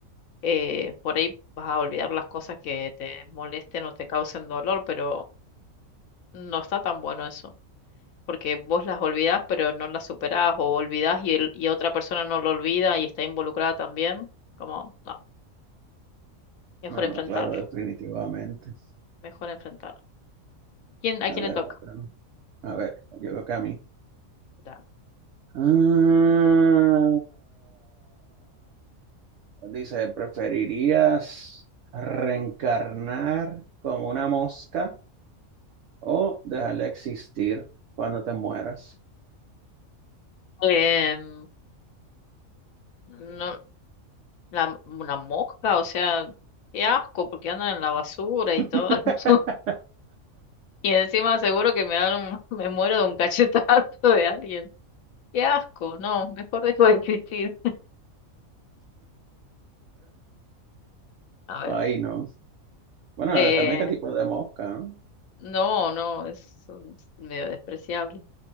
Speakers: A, on the left; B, on the right.
A: eh, por ahí vas a olvidar las cosas que te molesten o te causen dolor, pero no está tan bueno eso, porque vos las olvidás pero no las superás o olvidás y, el- y otra persona no lo olvida y está involucrada también, como, no, mejor
B: No,
A: enfrentarlo,
B: no, claro, definitivamente.
A: mejor enfrentarlo. ¿Quién, a
B: A
A: quién
B: ver,
A: le toca?
B: otra, ¿no? A ver, llegó acá a mí.
A: Ya.
B: Ah, dice, ¿preferirías reencarnar como una mosca o dejar de existir cuando te mueras?
A: Em, no, la, una mosca, o sea, qué asco, porque andan en la basura y
B: <laughs>
A: todo. <laughs> Y encima seguro que me dan un, <laughs> me muero de un cachetazo de alguien. Qué asco, no, mejor dejo de existir. A
B: Ahí
A: ver,
B: no. Bueno,
A: eh,
B: depende de qué tipo de mosca, ¿no?
A: no, no, es un- medio despreciable.